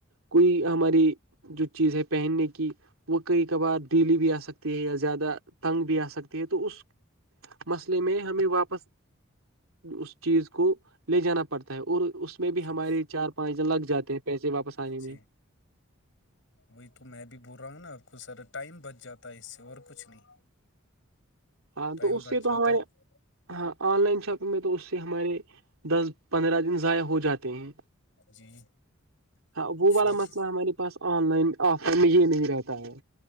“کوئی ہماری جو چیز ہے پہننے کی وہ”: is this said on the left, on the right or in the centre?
Right